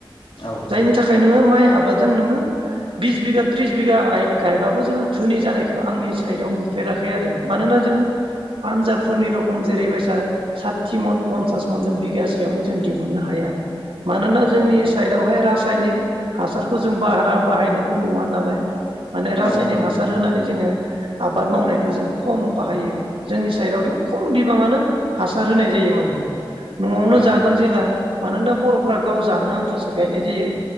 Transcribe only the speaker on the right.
जायनि थाखाय नोङो माइ आबादजों नोङो, बिस बिगा थट्रिस बिगा गायबाबो जोङो धोनि जानायखौ आंनि साइडआव नुफेराखै आरो। मानोना जोङो पानजाबफोरनि रखम जेरैबायसा साथि मन पन्सास मन जों बिगासेयावनो जों दिहुननो हाया। मानोना जोंनि
साइडआवहाय राज सायनिक हासारखौ जों भारा बाहायनायखौ नुवा नालाय। माने रासायनिक
हासार
होनानै जोङो आबाद मावनायखौ जों खम बाहायो जोंनि साइडआवथ खम बिबाङानो हासार होनाय जायो माने। नआवनो
जागोन जेला मानोना बरफोरा गाव जानो आन्थासो गायनाय जायो।